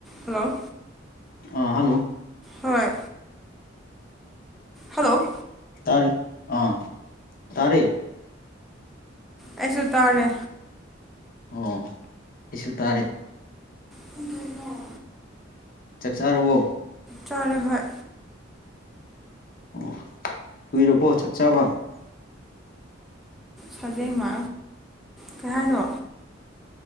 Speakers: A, in the centre; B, on the left (about 45°).
A: Hello
B: ꯑꯥꯥ hello
A: ꯍꯣꯏ hello
B: ꯇꯔꯦ ꯑꯥ ꯇꯔꯦ
A: ꯑꯩꯁꯨ ꯇꯥꯔꯦ
B: ꯑꯣ ꯑꯩꯁꯨ ꯇꯥꯔꯦ
A: ꯀꯩꯗꯧꯔꯤꯅꯣꯏ
B: ꯆꯥꯛ ꯆꯥꯔꯕꯣ
A: ꯆꯥꯔꯦ ꯍꯣꯏ
B: ꯑꯣ ꯀꯨꯏꯔꯕꯣ ꯆꯥꯛ ꯆꯥꯕ
A: ꯁꯥꯖꯦꯡꯃ ꯀꯩ ꯍꯥꯏꯅꯣ